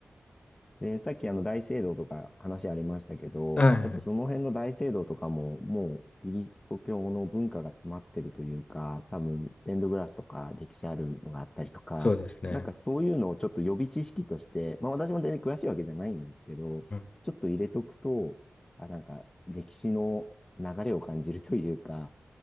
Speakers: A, on the left; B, on the left.
A: で、さっきあの大聖堂とか話ありましたけど、
B: はい、
A: やっぱその辺の大聖堂とかももうキリスト教の文化が詰まってるというか、多分ステンドグラスとか歴史あるのがあったりとか、
B: そうですね。
A: なんかそういうのをちょっと予備知識として、まあ私も全然詳しいわけじゃないんですけど、
B: うん
A: ちょっと入れとくと、あ、なんか歴史の流れを感じるというか、